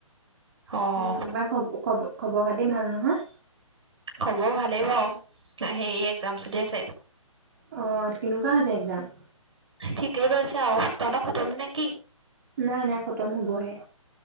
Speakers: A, on the right (about 55°); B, on the right (about 35°).
A: অ',
B: এ তোমাৰ খ খব খবৰ খাতি ভাল নহয়।
A: খব ভালেই বাউ, সেই একজাম চলি আছে।
B: অ কেনেকুৱা হৈছে একজাম?
A: ঠিকেই গৈছে আও তহঁত খতম নে কি?
B: নাই নাই খতম হবহে।